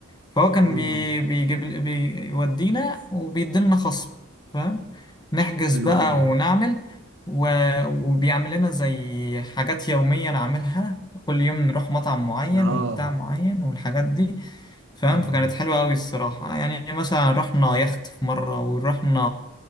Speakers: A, on the left (about 20°); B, on the right (about 65°).
A: فهو كان
B: اه
A: بي بيجيب بيودينا وبيديلنا خصم فاهم نحجز
B: حلو
A: بقى
B: قوي
A: ونعمل و... وبيعمل لنا زي حاجات يومية نعملها كل يوم نروح مطعم معين
B: اه
A: وبتاع معين والحاجات دي فاهم
B: ايوه
A: فكانت
B: أيوة.
A: حلوة أوي الصراحة يعني مثلا رحنا يخت في مرة ورحنا